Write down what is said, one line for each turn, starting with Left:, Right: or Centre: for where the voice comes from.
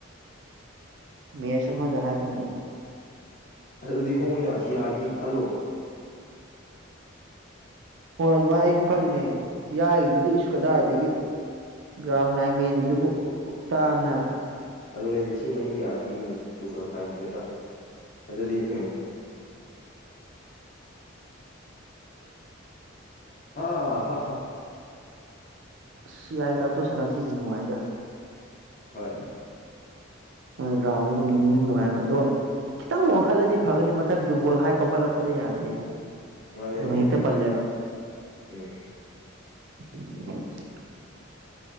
Right: ꯃꯦꯁ ꯑꯃꯗ ꯍꯥꯏꯒꯨꯝ ꯇꯧꯕ
Left: ꯑꯁ ꯑꯗꯨꯗꯤ ꯍꯣꯏꯅ ꯍꯤ ꯍꯥꯏꯗꯤ ꯈꯜꯂꯣ
Right: ꯍꯣꯏ ꯑꯗꯨꯃꯥꯏꯅ ꯑꯩꯁꯨ ꯈꯜꯂꯅꯦ ꯌꯥꯔꯤꯗꯨꯗꯤ ꯏꯁ ꯀꯗꯥꯏꯗꯒꯤ ꯒ꯭ꯔꯥꯎꯟ ꯅꯥꯏꯟꯃꯦꯟꯒꯤꯗꯨꯕꯨ ꯑꯗꯨ ꯇꯥꯡꯉꯦ ꯍꯥꯏꯕ
Left: ꯑꯗꯨꯅꯦ ꯂꯤꯁꯤꯡ ꯑꯅꯤ ꯀꯌꯥꯔ ꯄꯤꯌꯨꯅꯦ ꯇꯨ ꯊꯥꯎꯖꯟ ꯐꯥꯏꯚ ꯍꯟꯗ꯭ꯔꯦꯗꯀ ꯑꯗꯨꯗꯤ ꯎꯝ ꯑ ꯍ ꯍ
Right: ꯑꯁ ꯌꯥꯏ ꯇꯥꯞꯇꯣ ꯁꯥꯟꯅꯕꯗꯤ ꯑꯗꯨꯝ ꯅꯨꯡꯉꯥꯏꯗ
Left: ꯍꯣꯏ
Right: ꯍꯣꯏ ꯒ꯭ꯔꯥꯎꯟꯗ ꯑꯗꯨꯝ ꯅꯤꯡꯅꯨꯡꯗꯤꯟ ꯅꯨꯡꯉꯥꯏꯕ ꯑꯗꯣ ꯈꯤꯇꯪ ꯋꯥꯡꯈꯠꯂꯗꯤ ꯐꯒꯅꯤ ꯃꯊꯛꯀꯤꯗꯨ ꯕꯣꯜ ꯍꯥꯏ ꯀꯧꯈꯠꯂꯛꯄꯗ ꯌꯥꯗꯦ
Left: ꯃꯥꯅꯦ
Right: ꯑꯗꯨꯝ
Left: ꯃꯥꯅꯦ
Right: ꯍꯦꯛꯇ ꯄꯜꯂꯦꯕ
Left: ꯎꯝ
Right: <unintelligible>